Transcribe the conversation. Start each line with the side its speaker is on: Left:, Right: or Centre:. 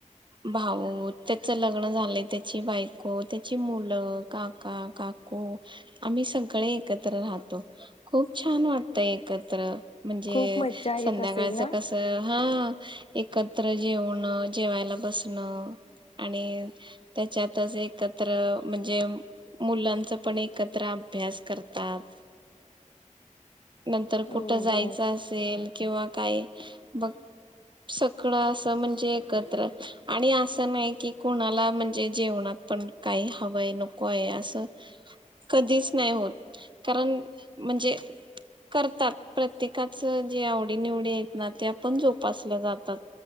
Right: भाऊ त्येच लग्न झालय त्येची बायको त्ये ची मुलं काका काकू आम्ही सगळे एकत् एकत्र राहतो खूप छान वाटत एकत्र म्हणजे
Left: खूप मज्जा येत
Right: संध्याकाळच
Left: असेल ना
Right: कस हा एकत्र जेवण जेवायला बसणं आणि त्याच्यातच एकत्र म्हणजे मुलांच पण एकत्र अभ्यास करत ताप नंतर कुठं
Left: हो
Right: जायचं
Left: हो
Right: अस प्रेम किंवा काय बग सगळ अस म्हणजे एकत्रआणि असं नाही कि कोणाला म्हणजे जेवणात पण काही हवंय नको आहे असं कधीच नाही होत कारण म्हणजे करतात प्रत्येकाच जे आवडी निवडी आहेत ना ते आपण जोपासल्या जातात